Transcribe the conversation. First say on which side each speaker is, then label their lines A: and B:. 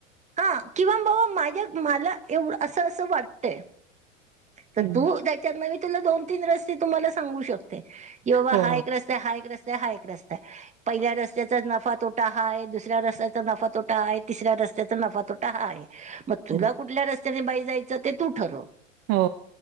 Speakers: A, on the right; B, on the right.
A: हा, किंवा बाबा, माझ्या मला, एवढं असं - असं वाटतंय. तर
B: हम्म
A: तू त्याच्यात म मी तुला, दोन, तीन रस्ते तुम्हाला सांगू शक ते. कि बाबा,
B: हो
A: हा एक रस्ताय, हा एक रस्ताय, हा एक रस्ताय. पहिल्या रस्त्याचा नफा - तोटा हाय. दुसऱ्या रस्त्याचा नफा - तोटा हाय. तिसऱ्या रस्त्याचा नफा - तोट त हा आहे. मग तुला
B: हं,
A: कुठल्या रस्त्याने बाई जायचं, ते तू ठरव.
B: हो.